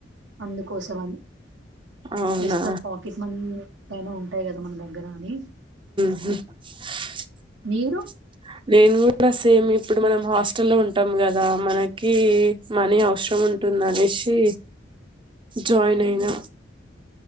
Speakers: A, on the right; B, on the right.
A: అందుకోసం అని
B: అవునా
A: జస్ట్ ఫర్ పాకెట్ మనీ పైనా ఉంటాయి గాదా. మన దగ్గర అని.
B: <inaudible>
A: మీరు
B: నేను గూడా సేమ్. ఇప్పుడు మనం హాస్ స్టలో ఉంటాం గదా. మనకి మనీ అవసరం ఉంటుందనేసి జాయిన్ అయినా.